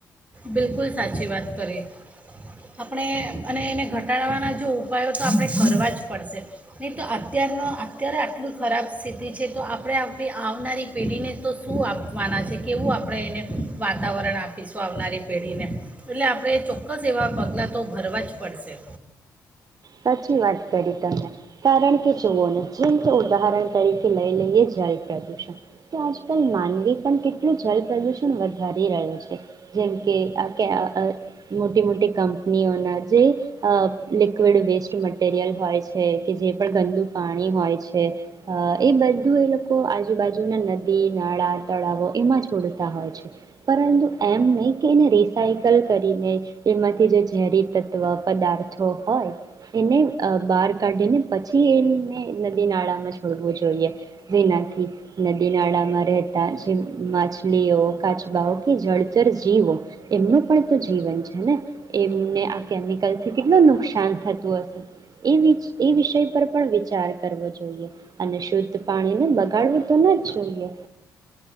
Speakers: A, on the right; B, on the right.
A: બિલકુલ સાચી વાત કરી આપણે અને એને ઘટાડવાના જો ઉપાયો તો આપણે કરવા જ પડશે નહીં તો અત્યારનો અત્યારે આટલી ખરાબ સ્થિતિ છે તો આપણે આપણી આવનારી પેઢીને તો શું આપવાના છે. કેવું આપણે એને વાતાવરણ આપીશું. તો આવનારી પેઢીને એટલે આપણે ચોક્કસ એવા પગલાં તો ભરવા જ પડશે.
B: સાચી વાત કરી તમે કારણ કે કે જુઓ ને જેમ કે ઉદાહરણ તરીકે લઈ લઈએ જલ પ્રદુષણ, તો આજકાલ માનવી પણ કેટલું જલ પ્રદુષણ વધારી રહ્યો છે. જેમ કે આ કે અ મોટી-મોટી કંપનીઓના જે અ લવિડ વેસ્ટ મટીરિયલ હોય છે. કે જે પણ ગંદુ પાણી હોય છે એ બધું એ લોકો આજુબાજુના નદી નાળા તળાવો એમાં છોડતા હોય છે. પરંતુ એમ નહીં કે એને રિસાયકલ કરીને એમાંથી જે ઝેરી તત્ત્વ પદાર્થો હોય એને બહાર કાઢીને પછી એને નદી નાળામાં છોડવું જોઈએ જેનાથી નદી નાળામાં રહેતા જે માછલીઓ કાચબાઓ કે જળચર જીવો એમનું પણ તો જીવન છે ને એમને આ કેમિકલથી કેટલો ન નુકસાન થતું હશે એ એ વિષય પર પણ વિચાર કરવો જોઈએ અને શુદ્ધ પાણીને બગાડવું તો ના જ જોઈએ.